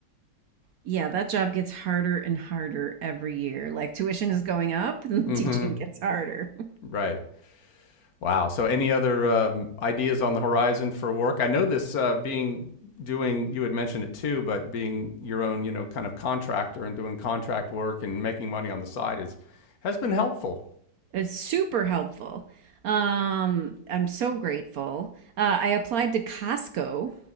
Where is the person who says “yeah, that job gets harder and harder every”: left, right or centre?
Right